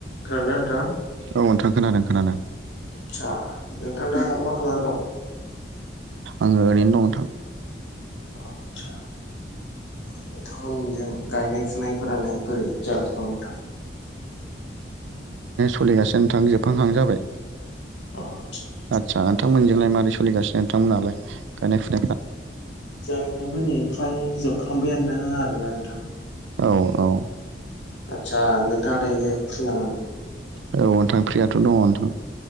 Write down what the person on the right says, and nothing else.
औ नोंथां खोनादों खोनादों
आङो ओरैनो दं नोंथां।
खुलिगासिनो नोंथां जोबहांहां जाबाय।
आदसा नोंथांमोनजोंलाय माबोरै सलिगासिनो नोंथांमोनहालाय गायनाय फुनायफ्रा
औ औ।
औ नोंथां फ्रियाथ' दङ नोंथां।